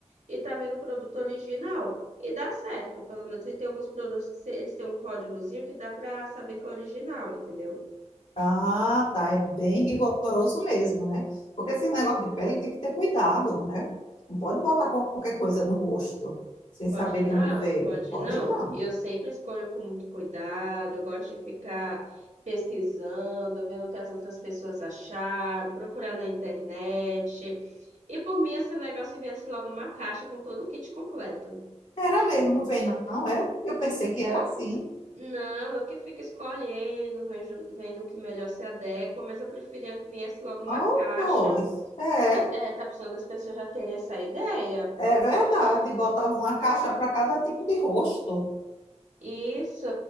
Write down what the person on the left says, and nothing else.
Ah, tá, é bem rigoroso mesmo, né, porque esse negócio de pele tem que ter cuidado, né, não pode botar qualquer coisa no rosto, sem
saber
de onde veio,
pode
não.
Era mesmo, não vem não, é? Eu pensei que era assim.
Oh,
pois, é,
é verdade. Botava uma caixa para cada tipo de rosto.